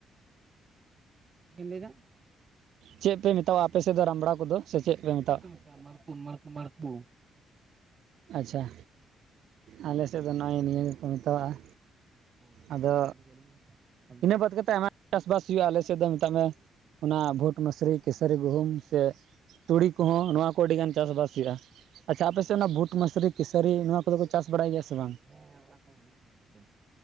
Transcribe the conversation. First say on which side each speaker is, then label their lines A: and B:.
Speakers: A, on the right (about 35°); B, on the right (about 75°).
A: ᱞᱟᱹᱭᱮᱫᱟ
B: ᱪᱮᱫ ᱯᱮ ᱢᱮᱛᱟᱜᱼᱟ ᱟᱯᱮ ᱥᱮᱫ ᱫᱚ ᱨᱟᱢᱵᱽᱲᱟ ᱠᱚᱫᱚ ᱥᱮ ᱪᱮᱫ ᱯᱮ ᱢᱮᱛᱟᱜᱼᱟ
A: ᱠᱟᱢᱟᱨ ᱠᱩ ᱢᱟᱨ ᱠᱩ ᱢᱟᱨ ᱠᱩᱼᱼ <unintelligible>
B: ᱟᱪᱪᱷᱟ ᱟᱞᱮ ᱥᱮᱫ ᱫᱚ ᱱᱚᱜᱼᱚᱭ ᱱᱤᱭᱟᱹ ᱜᱮᱠᱚ ᱢᱮᱛᱟᱣᱟᱜᱼᱟ
A: ᱚ
B: ᱟᱫᱚ
A: ᱚᱱᱟ ᱫᱚ ᱟᱞᱤᱧ <inaudible>
B: ᱤᱱᱟᱹ ᱵᱟᱫ ᱠᱟᱛᱮ ᱟᱭᱢᱟ ᱪᱟᱥᱵᱟᱥ ᱦᱩᱭᱩᱜᱼᱟ ᱟᱞᱮᱼᱼ ᱥᱮᱫ ᱫᱚ ᱢᱮᱛᱟᱜ ᱢᱮ ᱚᱱᱟ ᱵᱷᱩᱴ ᱢᱟᱥᱨᱤ ᱠᱮᱥᱟᱨᱤ ᱜᱩᱦᱩᱢ ᱥᱮ ᱛᱩᱲᱤ ᱠᱚᱦᱚᱸ ᱱᱚᱣᱟ ᱠᱚ ᱟᱹᱰᱤᱜᱟᱱ ᱪᱟᱥᱵᱟᱥ ᱦᱩᱭᱩᱜᱼᱟ ᱟᱪᱪᱷᱟ ᱟᱯᱮ
A: ᱚ
B: ᱥᱮᱫ ᱚᱱᱟ ᱵᱷᱩᱴ ᱢᱟᱥᱨᱤᱼᱼ ᱠᱤᱥᱟᱹᱨᱤ ᱱᱚᱣᱟ ᱠᱚᱫᱚ ᱠᱚ ᱪᱟᱥ ᱵᱟᱲᱟᱭ ᱜᱮᱭᱟ ᱥᱮ ᱵᱟᱝ
A: ᱦᱮᱸ ᱚᱱᱟ ᱠᱚᱦ ᱦᱩᱭᱩᱜ ᱜᱮᱭᱟ ᱜᱚᱝᱠᱮ